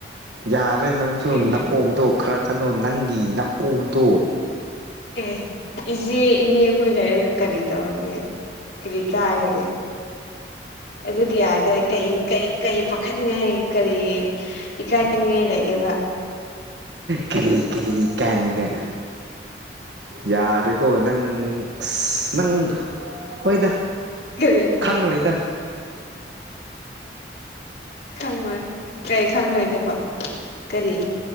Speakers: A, on the right (about 75°); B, on the left (about 65°).
A: ꯌꯥ ꯅꯪꯁꯨ
B: ꯎꯝ
A: ꯅꯥꯀꯣꯛꯇꯣ ꯈꯔ ꯈꯟꯅꯣ ꯅꯪꯒꯤ ꯅꯥꯀꯣꯛꯇꯣ
B: ꯑꯦ ꯏꯆꯦ ꯏꯅꯦꯈꯣꯏ ꯂꯩꯔꯒ ꯀꯔꯤ ꯇꯧꯔꯒꯦ ꯀꯔꯤ ꯀꯥꯢꯔꯒꯦ ꯑꯗꯨ ꯀꯌꯥ ꯀꯔꯤ ꯀꯩ ꯀꯩ ꯀꯩ ꯄꯥꯈꯠꯅꯤꯡꯉꯥꯏ ꯀꯔꯤ ꯏꯀꯥꯏꯅꯤꯡꯉꯥꯢ ꯂꯩꯒꯦꯕ
A: ꯀꯔꯤ ꯀꯔꯤ ꯏꯀꯥꯏꯅꯤꯡꯉꯥꯏ ꯌꯥꯔꯦꯀꯣ ꯅꯪ ꯑꯁ ꯅꯪ ꯍꯣꯏꯗ
B: ꯀꯔꯤ
A: ꯈꯪꯔꯣꯢꯗ
B: ꯈꯪꯉꯣꯏ ꯀꯩ ꯈꯪꯂꯣꯏꯗꯕ ꯀꯔꯤ